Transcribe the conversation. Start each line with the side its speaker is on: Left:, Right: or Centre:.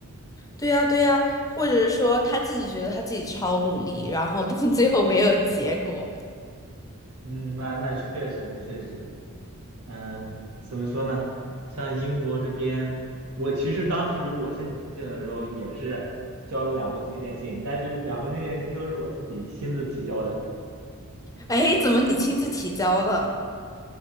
Left: 对呀，对呀，或者是说他自己觉得他自己超努力，然后到最后没有结果。
Right: 嗯，那那确实，那确实。嗯，怎么说呢？像英国这边，我其实当时我申请的时候也是交了两封推荐信，但是两封推荐信都是我自己亲自提交的
Left: 哎，怎么你亲自提交了？